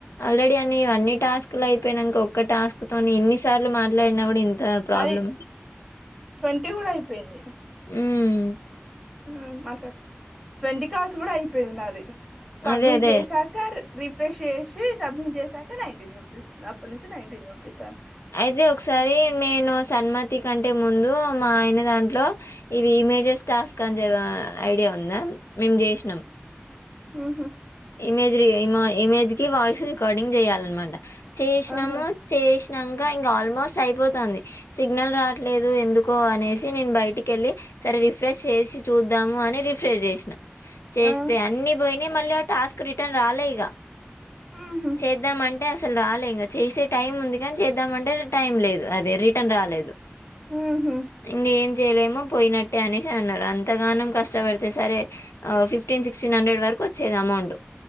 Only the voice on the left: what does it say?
ఆల్రెడీ అన్ని ఇవన్నీ టాస్క్ లు అయిపోయినాక ఒక్క టాస్క్ తోని ఇన్నిసార్లు మాట్లాడినా కూడా ఇంత ప్రాబ్లం
ఉమ్
అదే. అదే.
అయితే ఒకసారి నేను సన్మతి కంటే ముందు మా ఆయన దాం. లో ఇవి ఇమేజెస్ టాస్క్ అని చెప్పి ఆహ్ ఐడియా ఉందా మేము చేసినాం.
ఇమేజ్ ఇము ఇమేజ్ కి వాయిస్ రికార్డింగ్ చేయాలన్నమాట చేసినాము
చేసి ఇంక ఇంకా ఆల్మోస్ట్ అయిపోతంది సిగ్నల్ రాట్లేదు ఎందుకో అనేసి నేను బయటికెళ్ళి. సరే రిఫ్రెష్ చేసి చూద్దాము అని రిఫ్రెష్ చేసినా చేస్తే
అన్ని పోయినాయి మళ్ళీ. టాస్క్ రిటర్న్ రాలే ఇగ.
చేద్దాంమంటే అసలు రాలే ఇంకా చేసే టైం ఉంది కానీ చేద్దామంటే టైం లేదు అది. దే రిటర్న్ రాలేదు
ఇంక ఏం చేయలేమో పోయిన. తే అనేసి అన్నారు అంతగానం కష్టపడితే సరే ఫిఫ్టీన్ సిక్స్టీన్ హండ్రెడ్ వరకు వచ్చేది అమౌంట్.